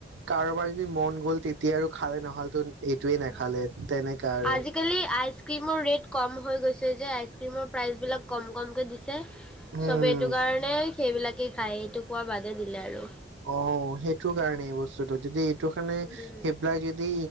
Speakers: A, on the right (about 85°); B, in the centre.
A: কাৰোবাৰ যদি মন গ'ল তেতিয়া আৰু খাই নহ'লেতো এইটোৱে নাখালে
B: অ
A: তেনেকা আৰু
B: আজিকালি আইচক্ৰীমৰ ৰেট কম হৈ গৈছে যে আইচক্ৰীমৰ প্ৰাইচ বিলাক কম কমকে দি ছে
A: উম
B: চবে এইটো কাৰণেই সেইবিলাকেই খায় এইটো খোৱা বাদে দিলে আৰু
A: অ সেইটো কাৰণে বস্তুটো যদি দোকানে
B: উম,
A: সেইবিলাই যদি